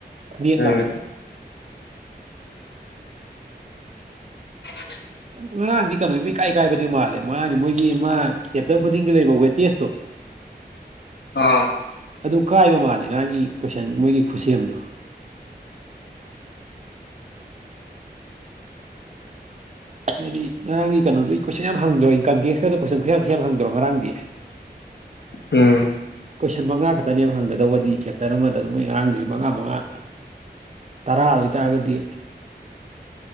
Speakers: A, on the right; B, on the left.
A: ꯅꯦꯠ
B: ꯎꯝ
A: ꯂꯣ
B: <inaudible>
A: ꯉꯔꯥꯡꯗꯤ ꯀꯩꯅꯣꯃꯥ ꯏꯃꯩꯀꯥꯏ ꯀꯥꯏꯕꯗꯤ ꯃꯥꯜꯂꯦ ꯉꯔꯥꯡꯗꯤ ꯃꯣꯏꯒꯤ ꯃꯥ ꯄꯦꯞꯄꯔ ꯈꯨꯗꯤꯡꯒꯤ ꯂꯩꯕ ꯋꯦꯇꯦꯁꯇꯣ
B: ꯑꯥ
A: ꯑꯗꯨ ꯀꯥꯏꯕ ꯃꯥꯜꯂꯦ ꯉꯥꯔꯡꯒꯤ ꯀꯣꯏꯁꯟ ꯃꯣꯏꯒꯤ ꯈꯨꯠꯁꯦꯝꯗꯣ ꯍꯥꯏꯗꯤ ꯉꯔꯥꯡꯒꯤ ꯀꯩꯅꯣꯗꯨꯒꯤ ꯀꯣꯏꯁꯟ ꯌꯥꯝ ꯍꯪꯗ꯭ꯔꯣ ꯏꯟꯀꯝ ꯇꯦꯛꯁ ꯀꯗꯣ ꯀꯣꯏꯁꯟ ꯈꯨꯕꯣꯝ ꯊꯤ ꯌꯥꯝ ꯍꯪꯗ꯭ꯔꯣ ꯉꯔꯥꯡꯗꯤ
B: ꯎꯝ
A: ꯀꯣꯏꯁꯟ ꯃꯉꯥ ꯈꯛꯇꯅꯦꯕ ꯍꯪꯒꯗꯧꯕꯗꯤ ꯆꯦꯞꯇꯔ ꯑꯃꯗ ꯑꯗꯨꯝ ꯃꯣꯏ ꯉꯔꯥꯡꯗꯨꯗꯤ ꯃꯉꯥ ꯃꯉꯥ ꯇꯔꯥ ꯑꯣꯏꯇꯥꯔꯒꯗꯤ